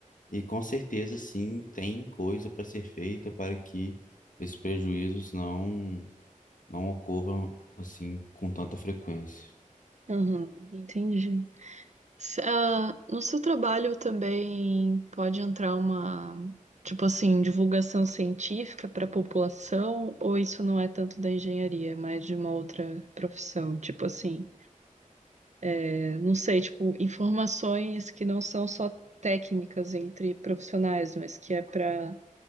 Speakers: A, on the left (about 70°); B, on the right (about 55°).
A: e com certeza, sim, tem coisa para ser feita para que esses prejuízos não, não ocorram, assim, com tanta frequência.
B: Uhum. Entendi. Se- ah, no seu trabalho também pode entrar uma, tipo assim, divulgação científica para a população, ou isso não é tanto da engenharia, é mais de uma outra profissão, tipo assim, é, não sei, tipo, informações que não são só técnicas entre profissionais, mas que é para